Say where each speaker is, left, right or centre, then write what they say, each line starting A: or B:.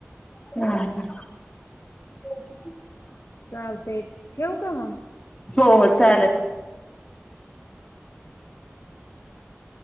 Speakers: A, on the left; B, on the left.
A: <unintelligible>
B: चालतय ठेऊ का मग?
A: हो हो चालेल.
B: <inaudible>